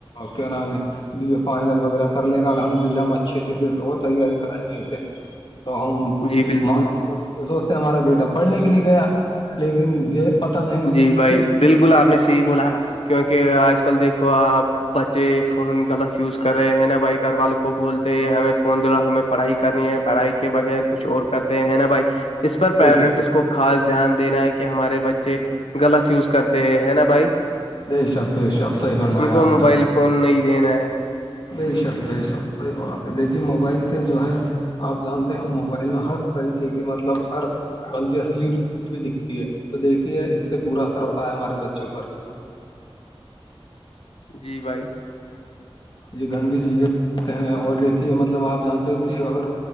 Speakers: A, on the left; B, on the left.
A: کیا نام ہے بیے فائنل وغیرہ کر لے گا الحمد للہ اچھے سے وہ تیاری کرائیں گے یہ پہ تو ہم
B: جی
A: تو
B: بالکل
A: سوچتے ہیں ہمارا بیٹا پڑھنے کے لیے گیا لیکن یہ پتا نہیں
B: جی بھائی
A: کہ ہمارا
B: بالکل
A: بیٹا
B: آپ نے صحیح
A: کہاں
B: بولا
A: جا رہا ہے
B: کیونکہ آج کل دیکھو آپ بچے فون غلط یوز کر رہے ہیں نا بھائی گھر وال کو بولتے ہمیں فون دا ہمیں پڑھائی کرنی ہے پڑھائی کے بغیر کچھ اور کرتے ہیں نا بھائی اس پر
A: بے
B: پیرنٹس
A: شک
B: کو خاص دھیان دینا ہے کہ ہمارے بچے غلط یوز کرتے ہے نا بھائی
A: نہیںی شب کو شخصح ہی فرمایا
B: ان کو
A: آپ
B: موبائل
A: نے
B: فون نہیں دینا ہے
A: بے شک بے شک صحی بات ہے دیکھیے موبائل سے جو ہے آپ جانتے ہیں ہم موبائل میں ہر طریقے کی مطلب ہر گندتیی اصلی بھی دکھتی ہے تو دیکھیے اس سے برا اثر ہوتا ہے ہمارے بچوں پر
B: جی بھائی
A: یہ گندی چیز یہتے ہیں اور دیکھیے مطلب آپ جانتے ہو کہ اگر